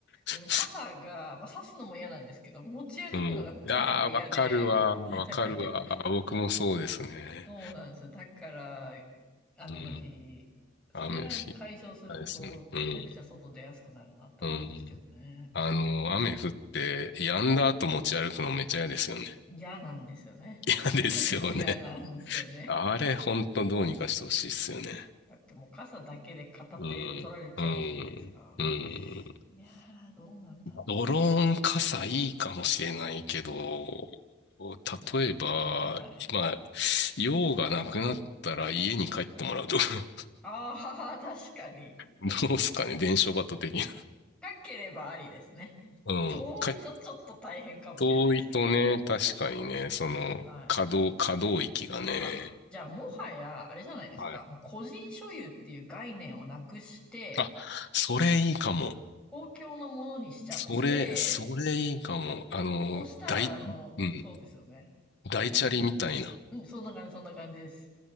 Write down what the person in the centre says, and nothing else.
でも傘が、まあ、差すのも嫌なんですけど、持ち歩くのがとにかく嫌で。
<laughs>
そうなんですよ。だから、雨の日、
それが解消すると、
めちゃくちゃ外出やすくなるなと思うんですけどね。
嫌なんですよね。
<laughs>
嫌なんですよね。
だってもう傘だけで片手取られちゃうじゃないですか。
いやー、どうなんだろ
う。もう、
はい。
ああ、<laughs> 確かに。
深ければありですね。
遠いとちょっと大変かもしれないですけど。
はいはい。
あ、じゃあもはや、あれじゃないですか。
もう個人所有っていう概念をなくして、
公共のものにしちゃって、
そしたら、
あの、
そうですよね。も
ううん、そんな感じ、そんな感じです。